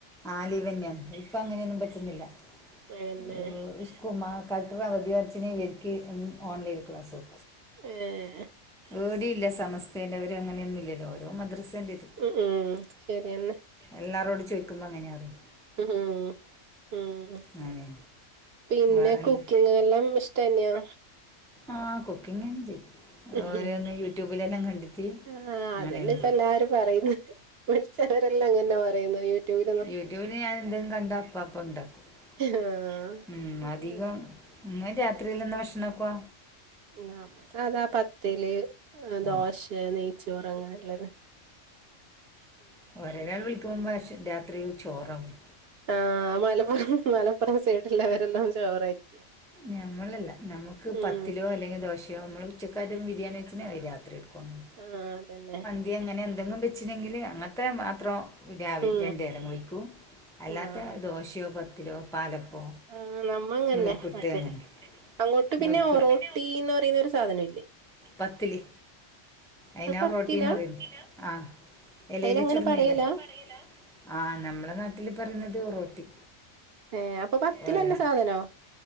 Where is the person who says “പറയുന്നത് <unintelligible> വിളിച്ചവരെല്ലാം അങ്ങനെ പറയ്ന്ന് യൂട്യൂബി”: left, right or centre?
Right